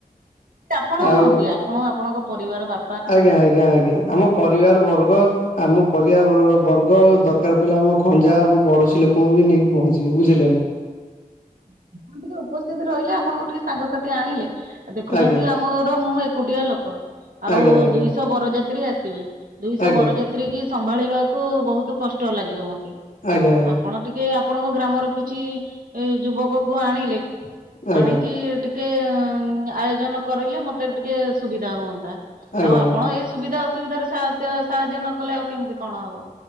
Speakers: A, on the right; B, on the left.
A: ଆପଣ
B: ଆଉ
A: ନୁହଁନ୍ତି ଆପଣ ଆପଣଙ୍କ ପରିବାର ବା
B: ଆଜ୍ଞା ଆଜ୍ଞା ଆଜ୍ଞା ଆମ ପରିବାରବର୍ଗ ଆମ ପରିବା ବ୍ର ବର୍ଗ ଦରକାର ପଇଲେ ଆମ ଖଞ୍ଜା ଆମ ପଡୋଶୀ ଲୋକଙ୍କୁ ବି ନେଇକି ପହଞ୍ଚିବି ବୁଝିଲେ ନା।
A: ଆପଣ ଟିକେ ଉପସ୍ଥିତି ରହିଲେ ଆପଣଙ୍କର ଟିକେ ସାଙ୍ଗସାଥି ଆଣିଲେ ଦେଖୁଛନ୍ତି
B: ଆଜ୍ଞା
A: ଆମର ମୁଁ ଏକୁଟିଆ ଲୋକ। ଆଉ
B: ଆଜ୍ଞା ଆଜ୍ଞା
A: ଦୁଇଶ ବରଯାତ୍ରୀ ଆସିବେ ଦୁଇଶ
B: ଆଜ୍ଞା
A: ବରଯା ତ୍ରୀ କି ସମ୍ଭାଳିବାକୁ ବହୁତ କଷ୍ଟ ଲାଗିବ ମତେ
B: ଆଜ୍ଞା ଆଜ୍ଞା
A: ଆପଣ ଟିକେ ଆପଣଙ୍କ ଗ୍ରାମର କିଛି ଯୁବକକୁ ଆଣିଲେ
B: ଆଜ୍ଞା
A: ଆଣିକି ଟି ଟିକେ ଆୟୋଜନ କରିଲେ ମତେ ଟିକେ ସୁବିଧା ହୁଅନ୍ତା
B: ଆଜ୍ଞା
A: ଆଉ
B: ଆଜ୍ଞା
A: ଆପଣ ଏଇ ସୁବିଧା ଅସୁବିଧାରେ ସାହା ସାହାଯ୍ୟ ନ କଲେ ଆଉ କେମିତି କଣ ହବ।